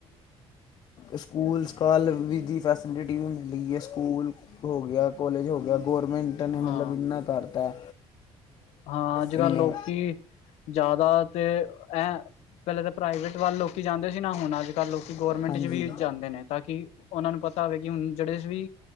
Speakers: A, on the left; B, on the left.
A: ਸਕੂਲ-ਸਕਾਲ ਵੀ ਦੀ ਫੈਸਿਲਿਟੀ ਵੀ ਮਿਲੀ ਹੈ। ਸਕੂਲ ਹੋ ਗਿਆ ਕੋਲਜ ਹੋ, ਗਿਆ। ਗੌਰਮੈਂਟ ਨੇ, ਮਤਲਬ
B: ਹਾਂ
A: ਇਨਾ ਕਰਤਾ
B: ਹਾਂ ਅੱਜ
A: ਇੰਨੇ।
B: ਕੱਲ੍ਹ ਲੋਕੀ ਜ਼ਿਆਦਾ ਤੇ, ਐ ਪਹਿਲਾਂ ਤਾਂ, ਪ੍ਰਾਈਵੇਟ ਵੱਲ ਲੋਕੀ ਜਾਂਦੇ ਸੀ। ਨਾ ਹੁਣ ਅੱਜ ਘ ਲੋਕ ਗੌਰਮੈਂਟ
A: ਹਾਂਜੀ
B: ਚ, ਵੀ ਜਾਂਦੇ ਨੇ, ਤਾਂ ਕਿ ਉਹਨਾਂ ਨੂੰ ਪਤਾ ਹੋਵੇ ਕਿ ਹੁਣ ਜਿਹੜੇ ਵੀ,